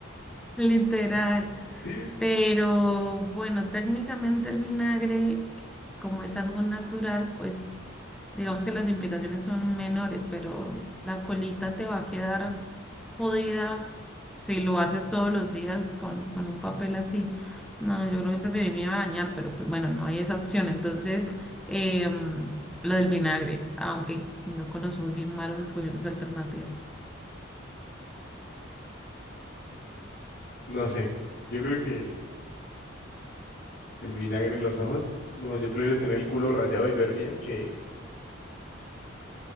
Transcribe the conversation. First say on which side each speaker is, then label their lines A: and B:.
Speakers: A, in the centre; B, on the left (about 50°).
A: literal.
B: <laughs>
A: Pero bueno, técnicamente el vinagre, como es algo natural, pues digamos que las implicaciones son menores, pero la colita te va a quedar jodida si lo haces todos los días con, con un papel así. No, yo creo que preferiría bañar, pero pues bueno, no hay esa opción. Entonces, em, lo del vinagre, aunque no conocemos bien malos escogiendo esa alternativa.
B: No sé. Yo creo que el vinagre en los ojos. No, yo prefiero tener el culo rayado y ver bien que